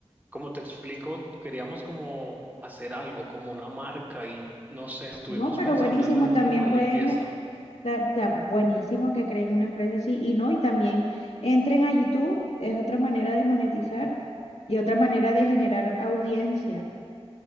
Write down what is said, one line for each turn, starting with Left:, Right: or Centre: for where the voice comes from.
Right: como te explico, queríamos como hacer algo, como una marca y no sé, estuvimos
Left: No, pero
Right: pensando
Left: buenísimo,
Right: en algo
Left: también
Right: como de
Left: pueden,
Right: limpieza.
Left: me- ta- ta- buenísimo que creen una empresa así y no, y también entren a YouTube, es otra manera de monetizar y otra manera de generar audiencia.